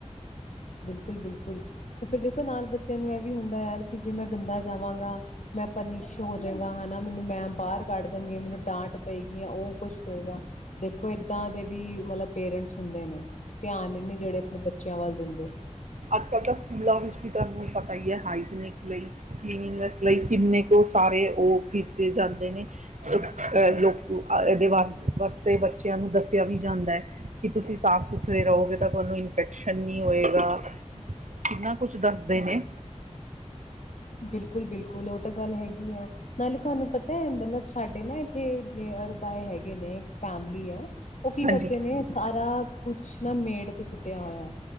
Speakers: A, on the left; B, on the right.
A: ਬਿਲਕੁਲ ਬਿਲਕੁਲ ਤੇ ਫਿਰ ਦੇਖੋ ਨਾਲ ਬੱਚਿਆਂ ਨੂੰ ਇਹ ਵੀ ਹੁੰਦਾ ਯਾਰ ਕਿ ਜੇ ਮੈਂ ਗੰਦਾ ਜਾਵਾਂਗਾ ਮੈਂ ਪਨਿਸ ਹੋਜਾਂਗਾ ਹਨਾ ਮੈਨੂੰ ਮੈਮ ਬਾਹਰ ਕੱਢ ਦੇਣਗੇ ਮੈਨੂੰ ਡਾਂਟ ਪਏਗੀ ਉਹ ਕੁਛ ਹੋਏਗਾ ਦੇਖੋ ਏਦਾਂ ਦੇ ਵੀ ਮਤਲਬ ਪੇਰੈਂਟਸ ਹੁੰਦੇ ਨੇ ਧਿਆਨ ਹੀ ਨੀ ਜਿਹੜੇ ਆਪਣੇ ਬੱਚੇ ਚਾਵਲ ਦਿੰਦੇ
B: ਅੱਜ ਕੱਲ੍ਹ ਤਾਂ ਸਕੂਲਾਂ ਵਿੱਚ ਵੀ ਤੁਹਾਨੂੰ ਪਤਾ ਹੀ ਹੈ ਹਾਈਜੀਨਿਕ ਲਈ ਕਲੀਨਗਨੈਸ ਲਈ ਕਿੰਨੇ ਕੁ ਸਾਰੇ ਉਹ ਕੀਤੇ ਜਾਂਦੇ ਨੇ ਅਹ ਲੋਕ ਇਹਦੇ ਵਾ ਵਾਸਤੇ ਬੱਚਿਆਂ ਨੂੰ ਦੱਸ ਦੱਸਿਆ ਵੀ ਜਾਂਦਾ ਹੈ ਕਿ ਤੁਸੀਂ ਸਾਫ਼ ਸੁਥਰੇ ਰਹੋਗੇ ਤਾ ਤੁਹਾਨੂੰ ਇਨਫੈਕਸ਼ਨ ਨੀ ਹੋਏਗਾ। ਕਿੰਨਾ ਕੁਛ ਦੱਸਦੇ ਨੇ
A: ਬਿਲਕੁਲ, ਬਿਲਕੁਲ ਉਹ ਤਾਂ ਗੱਲ ਹੈਗੀ ਆ ਨਾਲੇ ਤੁਹਾਨੂੰ ਪਤਾ ਹੈ, ਮਤਲਬ ਸਾਡੇ ਨਾ ਇੱਥੇ ਨਰਬਏ ਹੈਗੇ ਨੇ ਫੈਮਲੀ ਹੈ। ਉਹ ਕੀ ਕਰਦੇ
B: ਹਾਂਜੀ
A: ਨੇ ਸਾਰਾ ਕੁਛ ਨਾ ਮੇਡ ਤੇ ਸੁੱਟ ਹੋਇਆ,